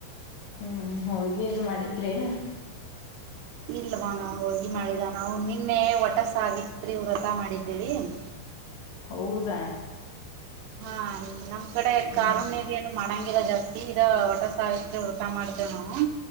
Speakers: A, on the left; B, on the right.
A: ಹ್ಮ್ ಹೋಳಿಗಿ ಅದು ಮಾಡಿದ್ರೇನ.
B: ಇಲ್ವಾ ನಾವು ಹೋಳಿಗಿ ಮಾಡಿಲ್ಲ ನಾವು ನಿನ್ನೆ ಒಟ ಸಾವಿತ್ರಿ ವ್ರತ ಮಾಡಿದ್ದೇವಿ.. ಹ <inaudible>
A: ಹೌದಾ
B: ಹಾ ನಮ್ಮ ಕಡೆ
A: ಹ್ಮ್
B: ಕಾರುಣ್ಯದ ಏನು ಮಾಡ ಈಗ ಜಾಸ್ತಿ ಇದ ವಟಸಾವಿತ್ರಿ ವ್ರತ ಮಾಡ್ತೇವಿ ನಾವು